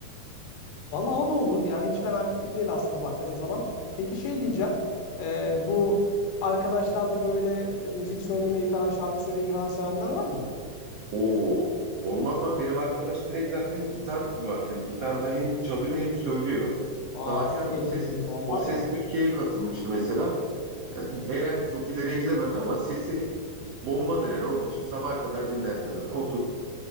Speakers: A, on the left; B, on the right.
A: Vallahi o da olur. Yani hiç fena fikir değil aslında baktığın zaman. Peki şey diyeceğim. Ee, bu arkadaşlar da böyle e, müzik söylemeyi falan, şarkı söylemeyi falan sevenler var mı?
B: Oo, olmaz mı? Benim arkadaş direkt zaten gitar var. Hani gitarla hem çalıyor hem söylüyor.
A: Aa
B: Daha önce
A: çok
B: o
A: eğleniriz
B: ses
A: o zaman
B: o
A: var
B: ses
A: ya.
B: Türkiye'ye katılmıştı mesela. Yani eğlendi çok ileriye gidemedi ama sesi bombadır yani o biçim. Sabaha kadar dinlersin abi otur.